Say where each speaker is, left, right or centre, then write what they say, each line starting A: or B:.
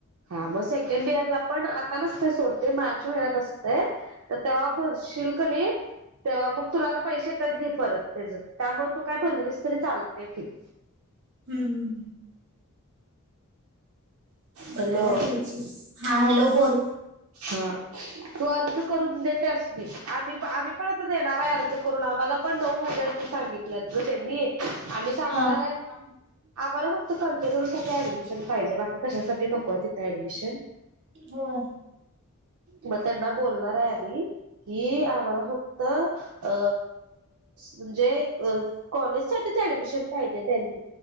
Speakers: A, on the right; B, on the right.
A: हा मग सेकंड इयरला पण आता नसते सोड ते मार्च महिन्यात असते. तर तेव्हा भरशिलकनय. तेव्हा मग तुला तर पैसे येतात घे परत त्याच त्यामुळ तू काय भरलीस तरी चालते फी.
B: हम्म हम्म बघायला
A: हॅलो
B: पाहिजे हां हॅलो बोल.
A: हां तू अर्ज करून देतेस मी आम्ही आम्ही पण आता देणार आहे अर्ज करून आम्हाला पण नऊ हजारच सांगितलेत ग त्यांनी आम्ही सांगणार
B: हा.
A: आहे. आम्हाला फक्त कल्चरल साठी ऍडमिशन पाहिजे बाकी कशासाठी नको आहे तिथे ऍडमिशन.
B: होय
A: मग त्यांना बोलणार आहे आम्ही. कि आम्हाला फक्त अ म्हणजे कॉलेज साठी ऍडमिशन पाहिजे त्यांच.